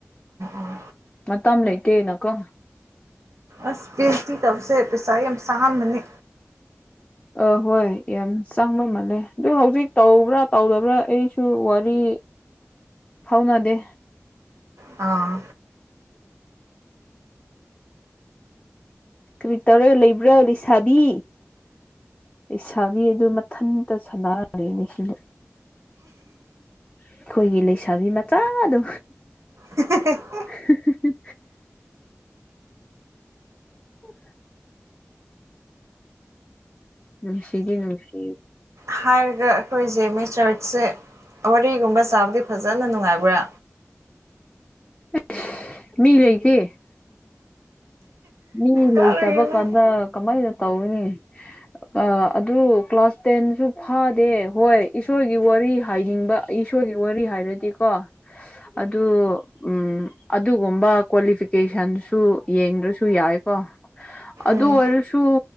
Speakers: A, on the right (about 85°); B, on the left (about 20°).
A: ꯑꯥ
B: ꯃꯇꯝ ꯂꯩꯇꯦꯅꯀꯣ
A: ꯑꯁ ꯄꯤꯑꯦꯆꯗꯤ ꯇꯧꯕꯁꯦ ꯄꯩꯁꯥ ꯌꯥꯝ ꯆꯉꯝꯃꯅꯤ
B: ꯑ ꯍꯣꯏ ꯌꯥꯝ ꯆꯪꯕ ꯃꯥꯜꯂꯦ ꯑꯗꯨ ꯍꯧꯖꯤꯛ ꯇꯧꯕ꯭ꯔꯥ ꯇꯧꯗꯕ꯭ꯔꯥ ꯑꯩꯁꯨ ꯋꯥꯔꯤ ꯐꯥꯎꯅꯥꯗꯦ
A: ꯑꯥ
B: ꯀꯔꯤ ꯇꯧꯔ ꯂꯩꯕ꯭ꯔꯥ ꯂꯩꯁꯥꯕꯤ ꯂꯩꯁꯥꯕꯤ ꯑꯗꯨ ꯃꯊꯟꯇ ꯁꯥꯟꯅꯔ ꯂꯩꯌꯦ ꯃꯦꯁꯤꯗꯣ ꯑꯩꯈꯣꯏꯒꯤ ꯂꯩꯁꯥꯕꯤ ꯃꯆꯥꯗꯣ
A: <unintelligible>
B: ꯍꯤ ꯍꯤ ꯍꯤ ꯍꯝ ꯅꯨꯡꯁꯤꯗꯤ ꯅꯨꯡꯁꯤ
A: ꯍꯥꯏꯔꯒ ꯑꯩꯈꯣꯏꯁꯦ ꯃꯦꯆꯔꯠꯁꯦ ꯋꯥꯔꯤꯒꯨꯝꯕ ꯆꯥꯕꯗꯤ ꯐꯖꯅ ꯅꯨꯡꯉꯥꯏꯕ꯭ꯔꯥ
B: ꯑꯩꯁ ꯃꯤ ꯂꯩꯇꯦ ꯃꯤ ꯂꯩꯇꯕ
A: ꯀꯔꯤꯅꯣ
B: ꯀꯥꯟꯗ ꯀꯃꯥꯏꯅ ꯇꯧꯒꯅꯤ ꯑ ꯑꯗꯨ ꯀ꯭ꯂꯥꯁ ꯇꯦꯟꯁꯨ ꯐꯥꯗꯦ ꯍꯣꯏ ꯏꯁꯣꯔꯒꯤ ꯋꯥꯔꯤ ꯍꯥꯏꯅꯤꯡꯕ ꯑꯩ ꯏꯁꯣꯏꯒꯤ ꯋꯥꯔꯤ ꯍꯥꯏꯔꯗꯤꯀꯣ ꯑꯗꯨ ꯎꯝ ꯑꯗꯨꯒꯨꯝꯕ ꯀ꯭ꯋꯥꯂꯤꯐꯤꯀꯦꯁꯟꯁꯨ ꯌꯦꯡꯗ꯭ꯔꯁꯨ ꯌꯥꯏꯀꯣ ꯑꯗꯨ
A: ꯎꯝ
B: ꯑꯣꯏꯔꯁꯨ